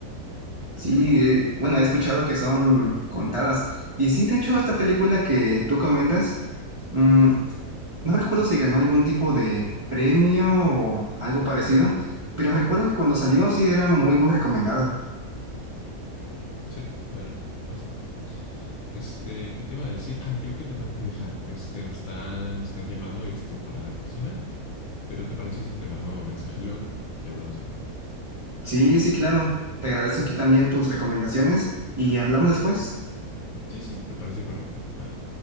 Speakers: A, on the right; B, on the left.
A: Sí, eh, bueno, he escuchado que son contadas. Y sí, de hecho, esta película que tú comentas, mm, No recuerdo si ganó algún tipo de premio o algo parecido, pero recuerdo que cuando salió sí era muy, muy recomendada.
B: Sí, la era, bastante. Este, ¿qué te iba a decir? Ah, creo que te tengo que dejar. Este, me está, me está llamando, este, para la cocina, pero ¿te parece si te mando mensaje luego? Ya hablamos luego.
A: Sí, sí, claro. Te agradezco aquí también tus recomendaciones y hablamos después.
B: Sí, sí, me parece correcto. Va.